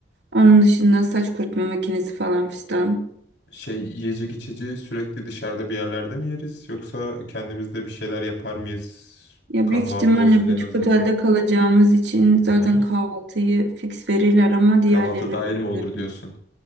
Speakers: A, on the right; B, on the left.
A: Onun dışında saç kurutma makinesi falan fistan.
B: Şey, yiyecek içeceği sürekli dışarıda bir yerlerde mi yeriz? Yoksa kendimizde bir şeyler yapar mıyız?
A: Ya
B: Kahvaltı
A: büyük ihtimalle
B: olsun en
A: butik
B: azından.
A: otelde kalacağımız için
B: Hı
A: zaten
B: hı.
A: kahvaltıyı fix verirler ama diğerlerini
B: Kahvaltı dahil mi olur
A: bilmiyorum.
B: diyorsun?